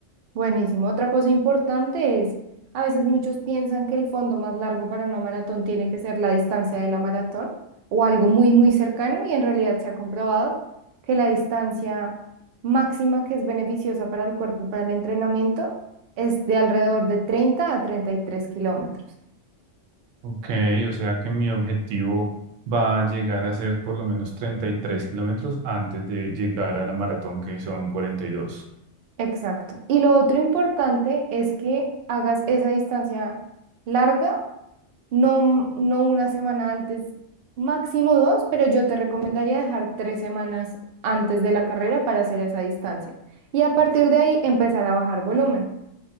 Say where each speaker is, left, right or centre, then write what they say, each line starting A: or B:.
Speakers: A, on the right (about 60°); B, on the right (about 85°).
A: Buenísimo. Otra cosa importante es, a veces muchos piensan que el fondo más largo para una maratón tiene que ser la distancia de la maratón o algo muy, muy cercano y en realidad se ha comprobado que la distancia máxima que es beneficiosa para el cuerpo y para el entrenamiento es de alrededor de treinta a treinta y tres kilómetros.
B: Ok, o sea que mi objetivo va a llegar a ser por lo menos 33 kilómetros antes de llegar a la maratón, que son cuarenta y dos.
A: Exacto. Y lo otro importante es que hagas esa distancia larga No, no una semana antes, máximo dos, pero yo te recomendaría dejar tres semanas antes de la carrera para hacer esa distancia. Y a partir de ahí empezar a bajar volumen.